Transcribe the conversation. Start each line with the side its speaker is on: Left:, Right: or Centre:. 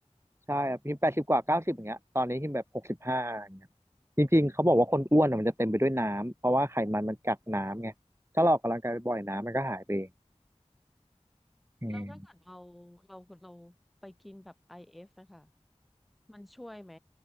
Right: ใช่ครับพิมแปดสิบกว่าเก้าสิบอย่างเงี้ยตอนนี้พิมแบบหกสิบห้าอย่างเงี้ยจริงๆเขาบอกว่าคนอ้วนอ่ะมันจะเต็มไปด้วยน้ำเพราะว่าไขมันมันกักน้ำไงถ้าเราออกกำลังกายบ่อยๆน้ำมันก็หายไปเองอืม
Centre: แล้วถ้าเกิดเราเราเราไปกินแบบ IF นะคะมันช่วยไหม